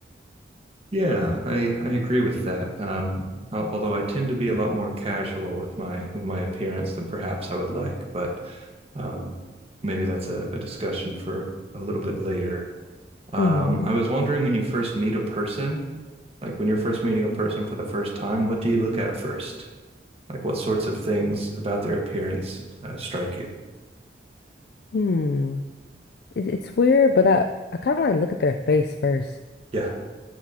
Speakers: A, on the right (about 35°); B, on the left (about 55°).
A: yeah. I I agree with that. Um, al- although I tend to be a lot more casual with my with my appearance than perhaps I would like, but um, maybe that's a, a discussion for a little bit later. Um,
B: hmm
A: I was wondering when you first meet a person, like when you're first meeting a person for the first time, what do you look at first? Like what sorts of things about their appearance uh, strike you?
B: Hmm. It, it's weird, but I I kind of like look at their face first.
A: Yeah.